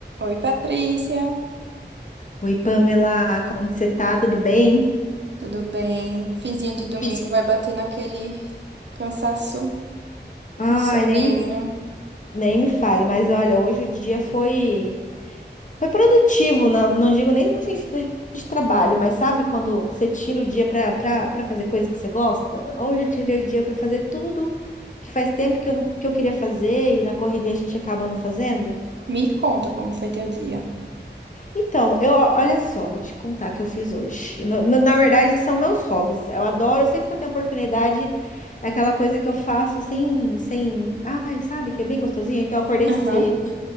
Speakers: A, on the right; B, on the left.
A: Oi, Patrícia,
B: Oi, Pamela, como que você tá? Tudo bem?
A: tudo bem? Finzinho de domingo
B: Fiz-
A: vai bater naquele cansaço, um
B: Ai,
A: soninho.
B: nem me, nem me fale, mas olha, hoje o dia foi foi produtivo, não, não digo nem no sentido de trabalho, mas sabe quando você tira o dia pra pra- pra fazer coisa que você gosta? Hoje eu tirei o dia pra fazer tudo que faz tempo que eu, não, que eu queria fazer e na correria a gente acaba não fazendo.
A: Me conta como foi teu dia.
B: Então, eu, olha só, vou te contar o que eu fiz hoje. Meu- meu- Na verdade, são meus hobbies. Eu adoro, sempre que eu tenho oportunidade, é aquela coisa que eu faço sem, sem, ai, sabe, que é bem gostosinho. Então, eu acordei
A: Aham,
B: cedo,